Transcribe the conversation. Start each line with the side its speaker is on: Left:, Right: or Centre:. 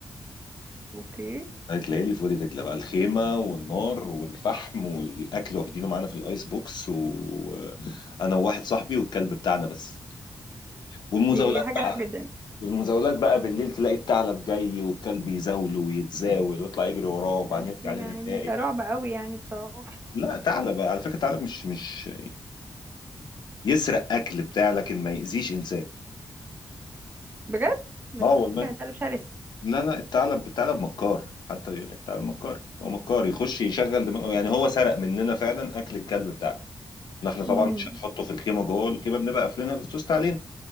Right: اوكي
Left: هتلاقي لي فاضي دجلة بقى الخيمة والنار والفحم والأكل واخدينه معانا في الآيس بوكس وأنا وواحد صاحبي والكلب بتاعنا بس والمزاولات
Right: دي حاجة حلوة جدا
Left: والمزاولات بقى بالليل تلاقي الثعلب جاي والكلب يزاوله ويتزاول ويطلع يجري وراه وبعدين
Right: بس يعني
Left: يرجع لنا تاني
Right: ده رعب قوي يعني بصراحة
Left: لا ثعلب على فكرة الثعلب مش مش يسرق أكل بتاع لكن ما يأذيش إنسان
Right: بجد بس
Left: اه
Right: كنت
Left: والله
Right: فاكرة ان الكلب شرس
Left: لا لا الثعلب الثعلب مكار حتى يقول لك الثعلب مكار هو مكار يخش يشغل دماغه يعني هو سرق مننا فعلا أكل الكلب بتاعنا احنا طبعا
Right: امم
Left: مش هنحطه في الخيمه جوه الخيمه بنبقى قافلينها بالسوست علينا